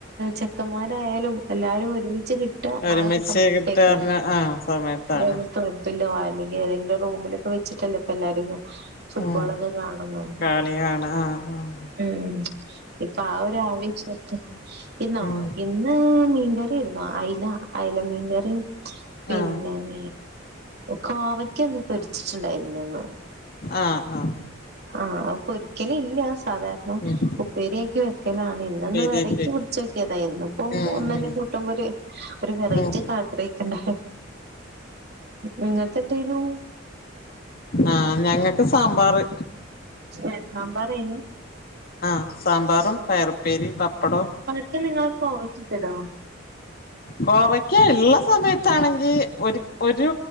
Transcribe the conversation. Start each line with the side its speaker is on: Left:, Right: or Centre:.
Right: ചെ ക്കന്മാരായാലും എല്ലാരും ഒരുമിച്ച് കിട്ടാ
Left: ഒരുമിച്ച്
Right: ആ ഒരു സമയത്തേക്കാ
Left: കിട്ടാർഞ്ഞ ആ സമയത്താണ്
Right: രം ക്ലബിലോ അല്ലെങ്കി ഏതെങ്കിലും റൂമിലൊക്കെ വെച്ചിട്ടല്ലോ ഇപ്പ എല്ലാരും ഫുട്ബോളൊക്കെ
Left: ഉം
Right: കാണുന്നത്
Left: കളികാണ ആഹ് ആഹ്
Right: ഉം ഇപ്പൊ ആ ഒരാവേശത്ത് ഇന്നോ
Left: ഉം
Right: ഇന്ന് മീൻ കറി ന്നുഅയില അയില മീൻകറി പിന്നേ
Left: ആ
Right: കോവയ്ക്ക ഒന്ന് പൊരിച്ചിട്ടുണ്ടായിര്ന്ന് ന്ന്
Left: ആഹ് ആഹ്
Right: ആഹ് അഹ് പൊരിക്കല് ഇല്ല സാധാരണ
Left: ഉം
Right: ഉപ്പേരിയാക്കി വെക്കലാണ് ഇന്ന്ഒന്ന്
Left: ശരിയാക്കി
Right: വെറൈറ്റി പിടിച്ച് നോക്കിയതാ എന്നുപ്പം
Left: ഉം
Right: ഒന്നന്നെ കൂട്ടുമ്പോര് ഒരു വെറൈറ്റി
Left: ഉം
Right: ഒക്കെ ആഗ്രഹിക്കണ്ട നിങ്ങൾക്ക്ന്തായുന്നു
Left: ആഹ് ഞങ്ങക്ക് സാമ്പാറ്
Right: ഏഹ് സാമ്പാറേന്നു
Left: ആഹ് സാമ്പാറും പയറുപ്പേരി പപ്പടവും
Right: ത് നിങ്ങള് കോവിച്ചിട്ടടോ
Left: കോവയ്ക്ക ഉള്ള സമയത്താണെങ്കി ഒരു ഒരു